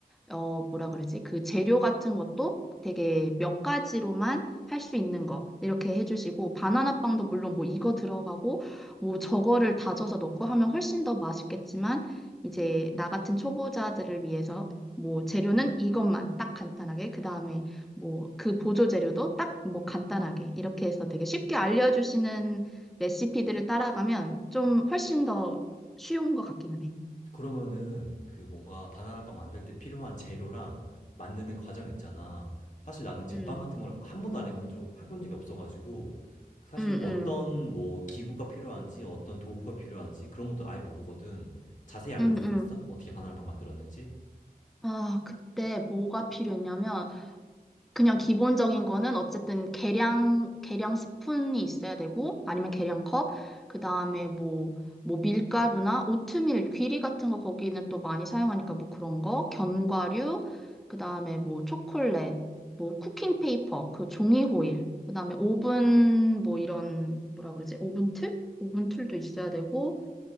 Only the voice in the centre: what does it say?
어, 뭐라 그러지? 그 재료 같은 것도 되게 몇 가지로만 할 수 있는 거 이렇게 해주시고 바나나 빵도 물론 뭐 이거 들어가고 뭐 저거를 다져서 넣고 하면 훨씬 더 맛있겠지만 이제 나 같은 초보자들을 위해서 뭐 재료는 이것만 딱 간단하게 그 다음에 뭐 그 보조 재료도 딱 뭐 간단하게 이렇게 해서 되게 쉽게 알려주시는 레시피들을 따라가면 좀 훨씬 더 쉬운 것 같기는 해.
음,
음,
음,
음, 음.
아, 그때 뭐가 필요했냐면, 그냥 기본적인 거는 어쨌든 계량, 계량 스푼이 있어야 되고, 아니면 계량 컵, 그 다음에 뭐, 뭐 밀가루나 오트밀, 귀리 같은 거 거기는 또 많이 사용하니까 뭐 그런 거, 견과류, 그 다음에 뭐 초콜릿, 뭐 쿠킹 페이퍼, 그 종이 호일, 그 다음에 오븐, 뭐 이런, 뭐라 그러지? 오븐 틀? 오븐 툴도 있어야 되고,